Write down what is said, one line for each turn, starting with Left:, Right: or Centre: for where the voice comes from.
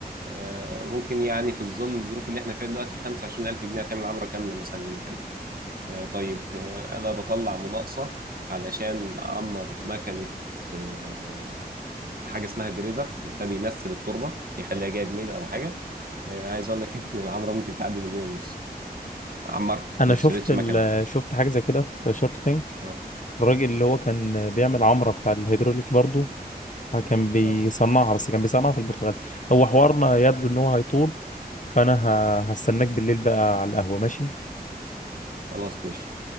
Right: آه، ممكن يعني في ظل الظروف اللي احنا فيها دلوقتي 25000 جنيه تعمل عمرة كاملة مثلا لمكنة آه، طيب آه، انا بطلع مناقصه علشان اعمر مكنه آه، حاجه اسمها جريدر ده بينسب التربه يخليها جايب ميل او حاجه آه، عايز اقول لك <laughs> ان العمره ممكن تعدي مليون ونص عمرت
Left: انا
Right: ما
Left: شفت
Right: اشتريتش
Left: ال-
Right: مكنه
Left: شفت حاجه زي كده في شارك ثانك،
Right: اه
Left: الراجل اللي هو كان بيعمل عمرة بتاع الهيدروليك برضو آه، كان بيصنعها
Right: اه
Left: بس كان بيصنعها في البرتغال هو حوارنا يبدو ان هو هيطول فانا ه- هستناك بالليل بقى على القهوة ماشي
Right: خلاص ماشي